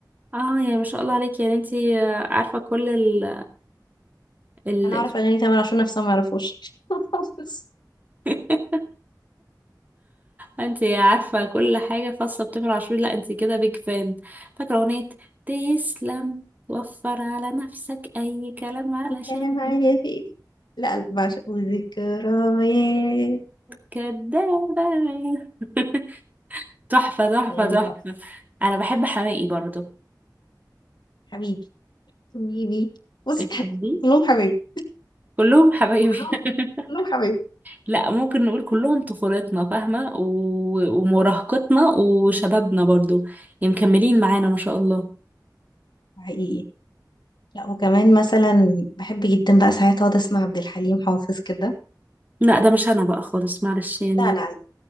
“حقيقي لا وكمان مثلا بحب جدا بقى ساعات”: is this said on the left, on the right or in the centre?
Left